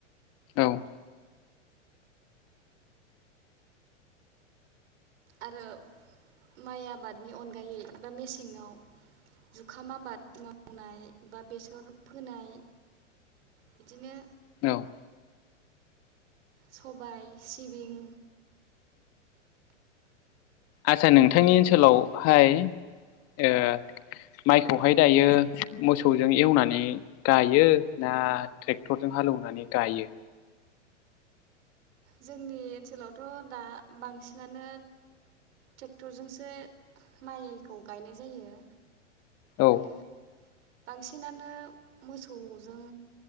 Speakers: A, on the left; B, on the right.
A: औ।
B: आरो माइ आबादनि अनगायै बा मेसेङाव जुखाम आबाद मावनाय बा बेसर फोनाय बिदिनो
A: औ।
B: सबाइ, सिबिं
A: आतसा नोंथांनि
B: मैगं
A: ओनसोलावहाय
B: थाइगं
A: ओ माइखौहाय दायो मोसौजों एवनानै गायो ना ट्रेक्टरजों हालौनानै गायो?
B: जोंनि ओनसोलावथ' दा बांसिनानो ट्रेक्टरजोंसो माइखौ गायनाय जायो।
A: औ
B: माने बांसिनानो मोसौजों